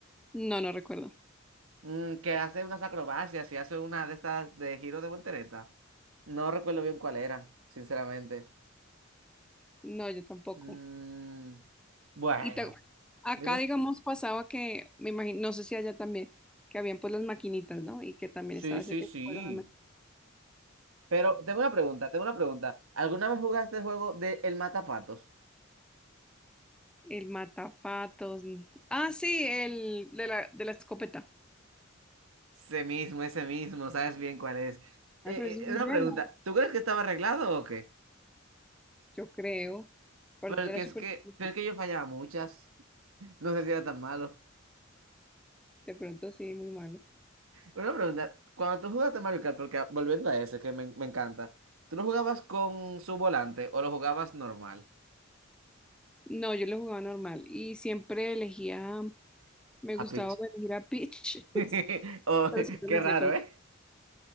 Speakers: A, in the centre; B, on the right.
A: No, no recuerdo.
B: Mm, que hace unas acrobacias y hace una de estas de giro de voltereta. No recuerdo bien cuál era, sinceramente.
A: No, yo tampoco.
B: Mm, bueno,
A: Y te- acá,
B: dime.
A: digamos, pasaba que, me imagino, no sé si allá también, que habían pues las maquinitas, ¿no? Y que también
B: Sí,
A: estaba
B: sí,
A: ese, el,
B: sí.
A: juego
B: Pero tengo una pregunta, tengo una pregunta. ¿Alguna vez jugaste el juego de El Matapatos?
A: el matapatos. mm. Ah, sí, el de la, de la escopeta.
B: Ese mismo, ese mismo, sabes bien cuál es. Eh,
A: Ah, pero eso es
B: eh,
A: muy
B: una
A: viejo,
B: pregunta, ¿tú crees que estaba arreglado o qué?
A: yo creo. Aparte
B: pero
A: era
B: que es
A: súper
B: que,
A: difícil.
B: pero es que yo fallaba muchas. No sé si era tan malo.
A: De pronto sí, muy malo.
B: Una pregunta, cuando tú jugaste Mario Kart, porque ah, volviendo a ese que me, me encanta, ¿tú lo jugabas con su volante o lo jugabas normal?
A: No, yo lo jugaba normal y siempre elegía, me
B: A
A: gustaba
B: pitch.
A: elegir a Peach, <laughs>
B: <laughs>
A: Sí,
B: Oh,
A: pero siempre
B: qué
A: me hacía,
B: raro,
A: pero
B: ¿eh?